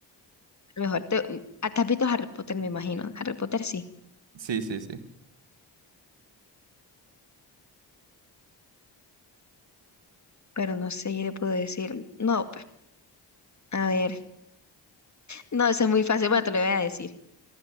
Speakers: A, on the left; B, on the right.
A: Mejor te, mm, ah, te has visto Harry Potter, me imagino. Harry Potter sí,
B: Sí, sí, sí.
A: pero no sé qué le puedo decir. No, pues, a ver. No, eso es muy fácil, pero te lo voy a decir.